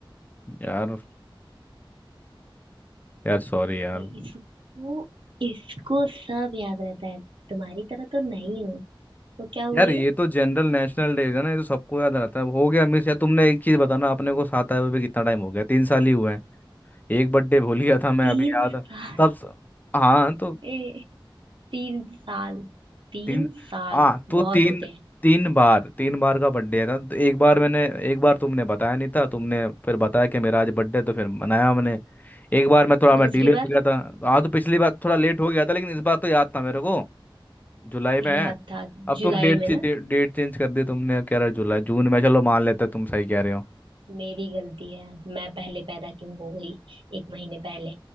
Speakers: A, on the left (about 20°); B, on the right (about 65°).
A: यार यार सॉरी यार
B: नहीं, इसको इसको सब याद रहता है तुम्हारी तरह तो नहीं हूँ तो क्या हुआ
A: यार
B: ये
A: ये तो जनरल नेशनल डे है ना ये तो सबको याद रहता है अब हो गया मिस यार तुमने एक चीज बताना अपने को साथ आए हुए भी कितना टाइम हो गया तीन साल ही हुए हैं एक बर्थडे भूल गया था मैं
B: तीन
A: अभी याद है।
B: साल
A: तब स- हाँ तो
B: ए तीन साल तीन
A: तीन
B: साल
A: हाँ तो
B: बहुत
A: तीन
B: होते हैं
A: तीन बार तीन बार का बर्थडे था तो एक बार मैंने एक बार तुमने बताया नहीं था तुमने फिर बताया कि मेरा आज बर्थडे तो फिर मनाया मैंने एक बार मैं थोड़ा मैं
B: दूसरी
A: डिले हो
B: बार
A: गया था हाँ तो पिछली बार थोड़ा लेट हो गया था लेकिन इस बार तो याद था मेरे को जुलाई में
B: याद
A: है
B: था
A: अब
B: जुलाई
A: तुम डेट
B: में ना
A: डेट चेंज कर दी तुमने अब कह रहे हो जुलाई जून में चलो मान लेते तुम सही कह रहे हो
B: मेरी गलती है मैं पहले पैदा क्यों हो गई एक महीने पहले